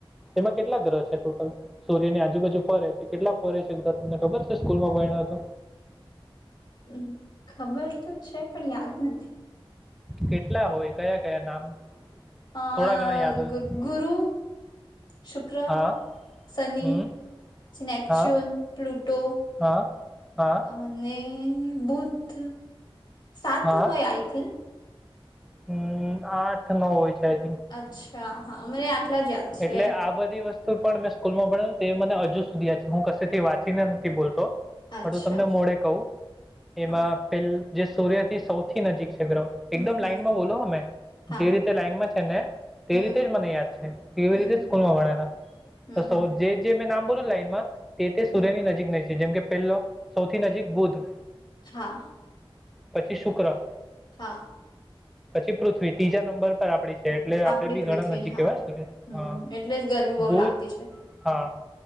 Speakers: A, in the centre; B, on the left.
A: તેમાં કેટલા ગ્રહ છે ટોટલ સૂર્યની આજુબાજુ ફરે હતી કેટલા ફરે છે બધા તમને ખબર છે સ્કૂલમાં ભણ હતો
B: હમ ખબર તો છે પણ યાદ નથી
A: કેટલા હોય કયા કયા નામ
B: આ
A: થોડા ઘણા યાદ હોય તો
B: ગુરુ. શુક્ર
A: હા
B: શની
A: હમ
B: નેપચ્યુન
A: હા
B: પ્લુટો
A: હા હા
B: અને એ બુધ સાત
A: હા
B: હોય આઈ થિંક
A: હમ આઠ ન હોય જાય
B: અચ્છ! હા હા! મને યાદ. આટલા જ છે
A: એટલે આ બધી વસ્તુ પણ મેં સ્કૂલમાં. તે મને હજુ સુધી યાદ છે. હું કસે થી વાંચીને નથી બોલતો.
B: અચ્છા
A: હતું તમને મોડે કહું એમાં
B: હા
A: પેલ. જે સૂર્ય થી સૌથી નજીક. <unintelligible> એકદમ
B: હમ હમ
A: લાઈનમાં બોલો. અમે
B: હા
A: જે રીતે લાઈનમાં છે ને. તે
B: હમ
A: રીતે જ મને યાદ છે. કેવી
B: હમ
A: રીતે સ્કૂલમાં ભણેલા
B: હમ
A: તો સૌ
B: હમ
A: જે જે. મેં નામ બોલું લાઈનમાં. તે તે સૂર્યની
B: હમ
A: નજીક ન જેમ કે પહેલો સૌથી નજીક બુદ્ધ.
B: હા
A: પછી શુક્ર.
B: હા!
A: પછી પૃથ્વી, ત્રીજા નંબર પર આપડી. છે એટલે આપડે
B: આપડી
A: બી
B: પૃથ્વી
A: ઘણા નજીક
B: હા
A: કેવાઈ સૂર્યથી.
B: હમ
A: હા,
B: એટલે જ ગરમી બહુ
A: બુધ
B: લાગતી છે
A: હા